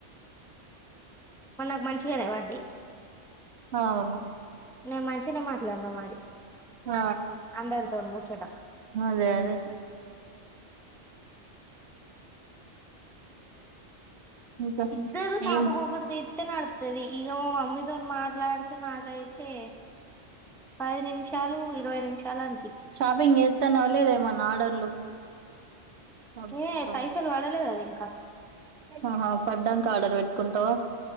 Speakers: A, in the centre; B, on the right (about 65°).
A: మరి నాక్ మంచిగనే వడ్డయి
B: అవును.
A: నేను మంచిగానే మాట్లాడిన మరి
B: ఆ
A: అందర్తోన్ ముచ్చట
B: అదే అదే ఇంకా
A: ఇద్దరు తాబకుకది
B: ఏం
A: <unintelligible> తే నడుత్తాది ఇక మా మమ్మీతో మాట్లాడితే నాకైతే పది నిమిషాలు ఇరవై నిమిషాలు అంట
B: షాపింగ్ చేత్తాన్నవా లేద ఏమన్నా ఆర్డర్లు అబ్బా
A: ఏ పైసలు పడలేద ఇంకా కా
B: ఆహా పడ్డాక ఆర్డర్ పెట్టుకుంటావా